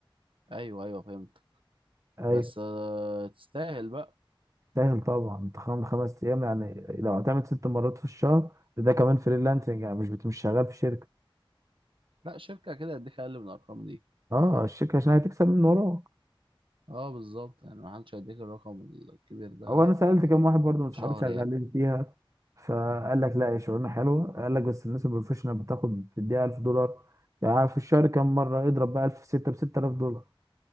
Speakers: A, on the right (about 70°); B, on the right (about 35°).
A: أيوه أيوه فهمت
B: أيوة.
A: بس آه تستاهل بقى
B: سهل طبعا انت خم- خمس ايام يعني لو هتعمل ست مرات في الشهر ده كمان فريلانسنج يعني مش بت- مش شغال في شركه
A: لا شركة كده هديك أقل من الأرقام دي
B: اه الشركه عشان هتكسب من وراك
A: أه بالظبط يعني محدش هيديك الرقم الكبير ده
B: او انا سالت كام واحد برضه من صحابي
A: في شهر
B: شغالين
A: يعني
B: فيها فقال لك لا هي شغلانه حلوه قال لك بس الناس البروفيشنال بتاخد في الدقيقه 1000 دولار يعني في الشهر كام مره اضرب بقى 1000 في 6 ب 6000 دولار